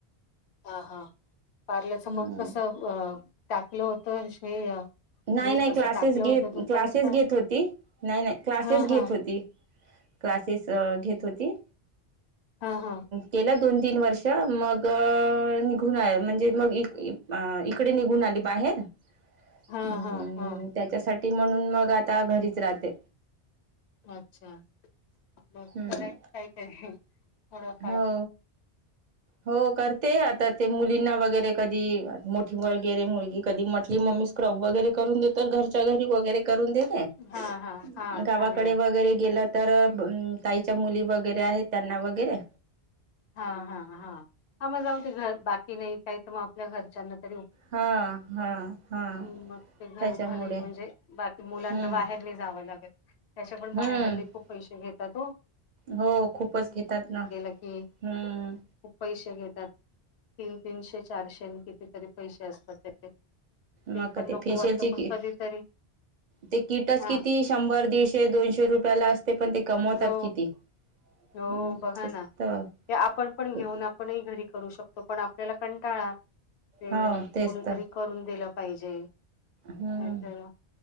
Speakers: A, on the left; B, on the right.
A: हां हां पार्लरच
B: हम्म
A: मग कसं टाकलं होतं हे
B: नाही
A: बूट
B: नाही
A: असं
B: क्लासेस
A: टाकलं
B: घेत,
A: होतं दुकान
B: क्लासेस
A: का
B: घेत होती नाही नाही क्लासेस
A: हा
B: घेत
A: हा
B: होती. क्लासेस घेत होती.
A: हां हां.
B: केला दोन तीन वर्ष मग निघून आहे, म्हणजे मग इक इकडे निघून आली बाहेर. अं
A: हां हां हां.
B: त्याच्यासाठी म्हणून मग आता घरीच राहते.
A: अच्छा! मग करायचं
B: हम्म
A: काय तरी थोडंफार
B: हो हो करते आता ते मुलींना वगैरे कधी मोठी वगैरे मुलगी कधी म्हटली मम्मी क्रब वगैरे करून देत तर घरच्या घरी वगैरे करून देता आहे,
A: हा हा हा चांगलंय
B: गावाकडे वगैरे गेलात. तर ताईच्या मुली वगैरे आहेत त्यांना वगैरे
A: हा हा हा हा मग जाऊ ते घर बाकी नाही काय तर मग आपल्या घरच्यांना तरी
B: हा हा हा
A: ह मग ते घर
B: त्याच्यामुळे
A: घरी म्हणजे बाकी मुलांना
B: हम्म
A: बाहेर नाही जावं लागत. त्याच्या पण बाहेर
B: हम्म
A: हल्ली खूप पैसे घेतात ओ.
B: हो खूपच घेतात ना
A: की
B: हम्म
A: खूप पैसे घेतात, तीन तीनशे चारशे आणि कितीतरी पैसे असतात त्याचे
B: मग
A: पण
B: ते
A: नको
B: फेशियलची
A: वाटत पण
B: किट,
A: कधीतरी
B: ते किटस
A: हा
B: किती शंभर दीडशे दोनशे रुपयाला असते पण ते कमवतात
A: हो
B: किती. हम्म
A: हो बघा
B: तेच
A: ना.
B: तर
A: हे आपण पण
B: खूप
A: घेऊन आपणही घरी करू शकतो पण आपल्याला कंटाळा- ते
B: हो तेच
A: कोणीतरी
B: तर
A: करून दिलं पाहिजे,
B: हम्म
A: नाही तर